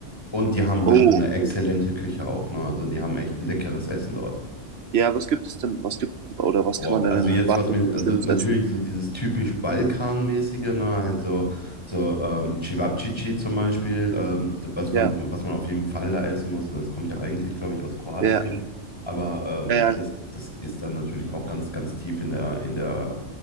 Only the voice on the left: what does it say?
Und die haben
halt eine exzellente
Küche auch, ne? Also die haben echt leckeres Essen dort.
Boah,
also
jetzt,
was mir,
also
natürlich
so dieses typisch Balkanmäßige, ne, halt so, so ähm, Cevapcici zum Beispiel, ähm, was
man, was man auf jeden Fall da essen muss. Und das kommt ja eigentlich, glaube ich, aus Kroatien.
Aber ähm,
das, das ist dann natürlich auch ganz, ganz tief in der, in der,